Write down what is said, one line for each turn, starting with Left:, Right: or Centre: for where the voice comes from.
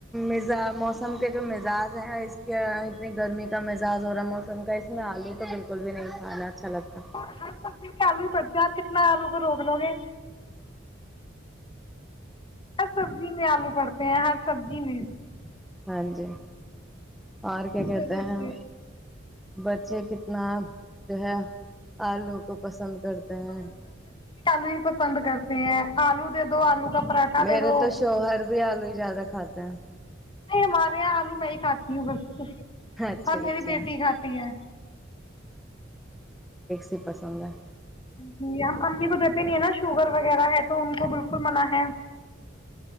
Centre: مزا موسم کے جو مزاج ہیں اس کے اتنی گرمی کا مزاج ہو رہا موسم کا اسس میں آلو تو بالکل بھی نہیں کھانا اچھا لگتا
Left: اور ہر سبزی خلو <unintelligible> آپ کتنا آلو کو روک لو گے ہر سبزی میں آلو پڑتا ہر سبزی مل <unintelligible>
Centre: ہاں جی اور
Left: اس
Centre: کیا کہتے
Left: وجہ
Centre: ہیں
Left: سے
Centre: بچے کتنا جو ہے آلو کو پسند کرتے ہیں
Left: ب بچے چل ہی پسند کرتے ہیں آلو دے دو آلو <unintelligible>
Centre: میرے
Left: دے دو
Centre: تو شوہر بھی آلو ہی زیادہ کھدا <unintelligible>
Left: نہیں ہمارے یہاں آلو میں ہی کھاتی ہوں بس
Centre: اچھا
Left: اور
Centre: اچھا
Left: میری بیٹی کھاتی ہے
Centre: اسی پسند ہے <unintelligible>
Left: جی ہم امی کو دیتے نہیں ہیں نا شوگر وغیرہ ہے تو ان کو بالکل منع ہے